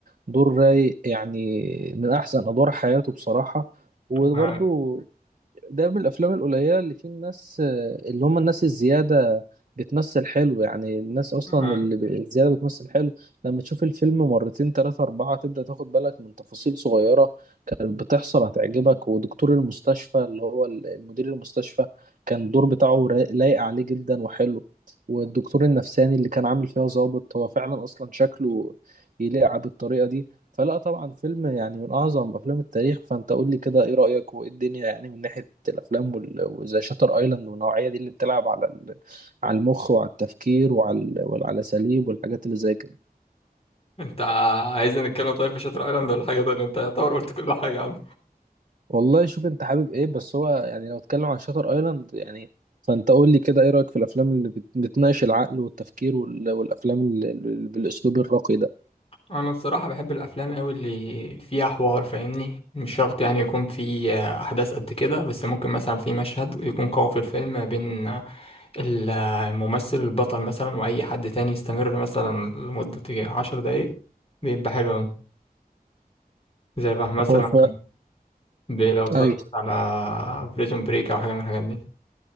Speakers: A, on the right (about 55°); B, on the left (about 40°).
A: دور رايق يعني من احسن ادوار حياته بصراحه وبرضو
B: آه،
A: ده من الافلام القليله اللي فيه الناس آه، اللي هم الناس الزياده بتمثل حلو يعني الناس اصلا
B: آه.
A: اللي ب- الزياده بتمثل حلو لما تشوف الفيلم مرتين تلاتة اربعة تبدا تاخد بالك من تفاصيل صغيره كانت بتحصل هتعجبك ودكتور المستشفى اللي هو المدير المستشفى كان الدور بتاعه را- لايق عليه جدا وحلو والدكتور النفساني اللي كان عامل فيها ظابط هو فعلا اصلا شكله يليق بالطريقه دي فلا طبعا فيلم يعني من أعظم أفلام التاريخ فأنت قول لي كده إيه رأيك وإيه الدنيا يعني من ناحية الأفلام وال- وزي شاتر أيلاند والنوعية دي اللي بتلعب على ال- على المخ وعلى التفكير وعلى وعلى الأساليب والحاجات اللي زي كده
B: انت عايزنا نتكلم طيب في شاتر ايلاند ولا حاجه تانية انت يعتبر قلت كل حاجه
A: والله شوف أنت حابب إيه بس هو يعني لو اتكلم عن شاتر أيلاند يعني فأنت قول لي كده إيه رأيك في الأفلام اللي بت- بتناقش العقل والتفكير وال- والأفلام اللي اللي بالأسلوب الراقي ده
B: انا الصراحه بحب الافلام قوي اللي فيها حوار فاهمني مش شرط يعني يكون في آه، احداث قد كده بس ممكن مثلا في مشهد يكون قوي في الفيلم بين ال- الممثل البطل مثلا واي حد تاني يستمر مثلا لمده عشر دقايق بيبقى حلو قوي زي بقى مثلا
A: هو ف...
B: ب- لو اتفرجت
A: أيوه
B: على بريزون بريك او حاجه من الحاجات دي